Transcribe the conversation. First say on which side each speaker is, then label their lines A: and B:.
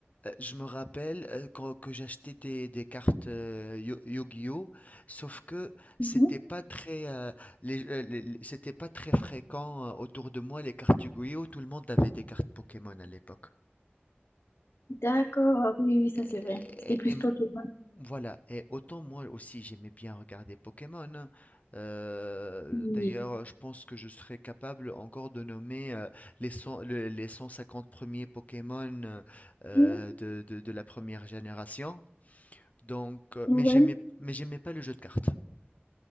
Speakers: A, on the left; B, on the left.
A: euh, je me rappelle euh, quand- que j'achetais des, des cartes euh, Yo- Yu-Gi-Oh, sauf que c'était
B: Mhm.
A: pas très, euh, les- euh, les- les- c'était pas très fréquent euh, autour de moi les cartes Yu-Gi-Oh. Tout le monde avait des cartes Pokémon à l'époque.
B: D'accord, oui, oui, oui, ça c'est
A: Et,
B: vrai. C'était plus Pokémon.
A: Voilà, et autant moi aussi j'aimais bien regarder Pokémon. Euh,
B: qui-
A: d'ailleurs, je pense que je serais capable encore de nommer euh, les, cent- le- les 150 premiers Pokémon euh, euh,
B: qui-
A: de, de- de la première génération. Donc, euh,
B: Ouais.
A: mais j'aimais, mais j'aimais pas le jeu de cartes.